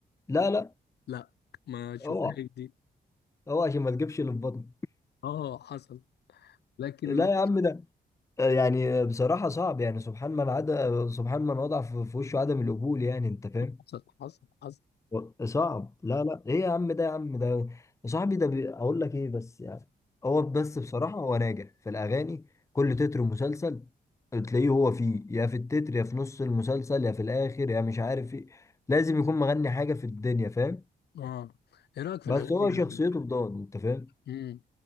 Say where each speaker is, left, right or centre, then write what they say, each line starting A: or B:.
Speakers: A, on the left; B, on the left.
A: لا لا
B: لا ما شوفهاش
A: اوعى
B: دي
A: اوعى عشان ما تجيبش اللي في بطنك
B: اه حصل لكن
A: لا يا عم ده آه، يعني آه، بصراحة صعب يعني سبحان من عدا سبحان من وضع في في وشه عدم القبول يعني انت فاهم
B: حصل حصل حصل
A: و- صعب لا لا ايه يا عم ده يا عم ده يا صاحبي ده بي... اقول لك ايه بس يعني هو بس بصراحة هو ناجح في الاغاني كل تتر مسلسل تلاقيه هو فيه يا في التتر يا في نص المسلسل يا في الاخر يا مش عارف ايه لازم يكون مغني حاجه في الدنيا فاهم
B: اه ايه رايك في الاغاني
A: بس هو شخصيته بضان انت فاهم
B: امم